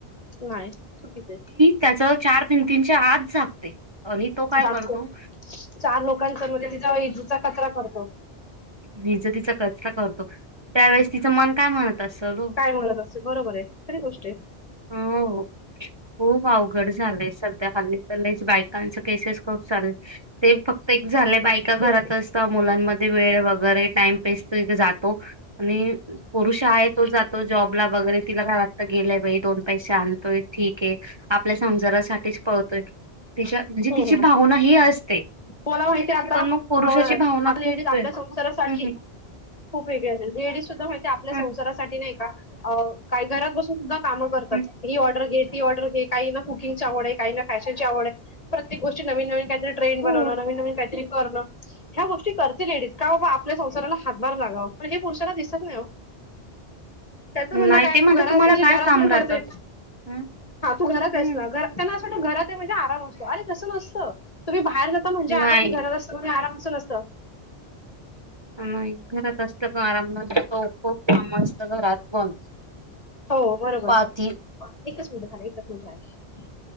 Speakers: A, on the left; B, on the right.
A: नाही चुकीचय
B: त्याचं चार भिंतीनच्या आत झाकते आणि तो काय
A: दाखवतो
B: करतो
A: चार लोकांन समोर म्हणजे तिचा ईजिचा कचरा करतो.
B: विजतिचा कचरा करतो. त्यावेेळेस तिचं मन काय म्हणत असेल हो
A: काय म्हणत असते. बरोबर आहे. खरी गोष्ट आहे.
B: हो खूप अवघड झालंय सग सध्या हल्ली तर लईच बायकांच केसेस खूप चाल ते फक्त एक झाल्या बायका घरात
A: हो.
B: असत मुलांमध्ये वेळ वगैरे टाइमपेस तो एक जातो आणि पुरुष आहे तो जातो जॉबला वगैरे तिला काय वाटत गेलाय बाई दोन पैसे आणतोय ठीक आहे आपल्या संजारासा टीच पळतोय. तिच्या म्हणजे
A: हं.
B: तिची भावना ही असते
A: मला माहितीये आता
B: पण मग पुरुषाची
A: आता
B: भावना
A: लेडीज
B: खूप
A: संसारासाठी
B: हं हं
A: खूप वेगळी असतात लेडी <unintelligible> ते आपल्या संसारासाठी
B: हं
A: नाही का अ काय घरात बसून सुद्धा कामं करतात
B: हं
A: ही ऑर्डर घे ती ऑर्डर घे काही ना कुकिंगची आवड आहे काही ना फॅशन ची आवड आहे. प्रत्येक गोष्टी नवीन नवीन ट्रेन बनव
B: हो
A: नवी नवीन काहीतरी करण ह्या गोष्टी करते लेडीज का बाबा आपल्या संसाराला हातभार लागावं पण हे पुरुषाना दिसत नाही हो. त्याच म्हणण
B: नाही
A: काय
B: ते म्हणतात
A: तू घरात
B: तुम्हाला
A: अस
B: काय
A: घरात
B: काम
A: प
B: राहतं
A: करतय
B: हं
A: हा तू घरात
B: हं
A: अस त्यांना असं ना घरात म्हणजे आराम असतो अरे तसं नसतं तुम्ही बा बाहेर जात म्हणज आराम
B: नाही
A: नसतं घर असत आराम समजत.
B: घरात असत का आराम नसतो. खूप काम असतं घरात पण
A: हो बरोबर
B: पाती
A: एकच मिनिट झाला एकच मिनिट रायला.